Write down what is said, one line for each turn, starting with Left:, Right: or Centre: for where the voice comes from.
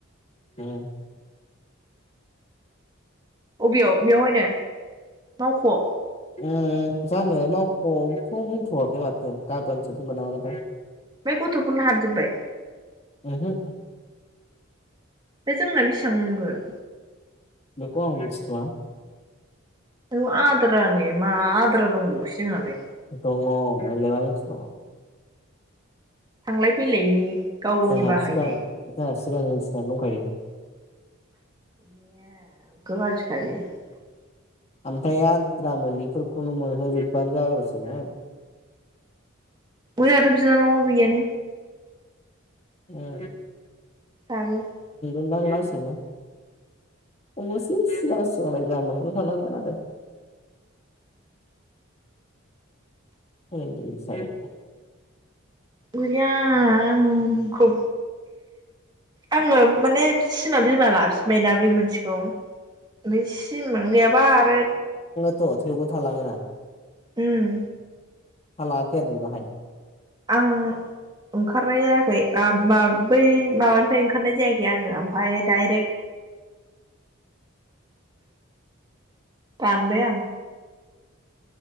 Left: उम
Right: अबेयाव बेयावहायनो मावखआव
Left: उम जानो मावखआवथ बुंथवाखै माथो गाबोनसो बुंगोन नामागोनथाय
Right: फ्राय गथफोरनो हाबजोबबाय
Left: ओहो
Right: बे जोंना बेसेबां मोनगोन?
Left: बेखौ आं मिथिथआ
Right: औ आद्रानि मा आद्रा दंबावोसो जोंहालाय
Left: दङ नोंलाय मा मिथिनो।
Right: थांलाय फैलायनि गाव गावनि
Left: <unintelligible>
Right: बाहायनाय
Left: सिगां मिथिनानै दंखायो।
Right: <unintelligible>
Left: ओमफ्राय आद्रा मोनै फोर खौनो मोनहो जोबबानो जाग्रोसैमोन।
Right: उइ आहाथ' बिनानावा गैया नों।
Left: उम
Right: <unintelligible>
Left: मोनलां लासैनो अबसे सिगां सिगांलाय जा मोनग्रोखानांगोन आरो। <inaudible>
Right: गैया आंखौ आङो माने सिमा बिमा लाफिनबायना बे मोनसेखौ। नै सिमानो गैयाबा आरो
Left: थ' थेवबो थालाङो ना।
Right: उम
Left: थालांयाखै आरो नोंनाहाय?
Right: आं ओंखारनाय जायाखै आ मा बै माबानिफ्राय ओंखारनाय जायाखै आङो ओमफाय दाइरेक्ट दानबाय आं।